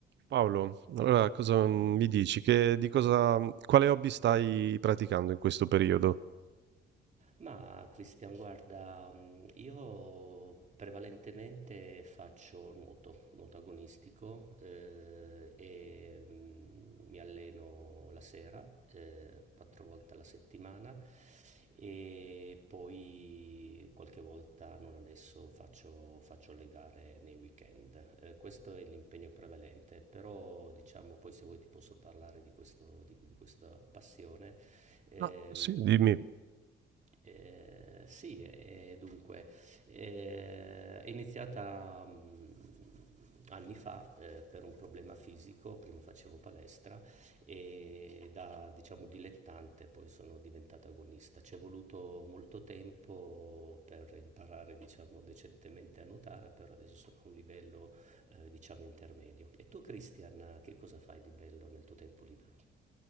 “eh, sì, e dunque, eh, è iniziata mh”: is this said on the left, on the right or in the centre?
Right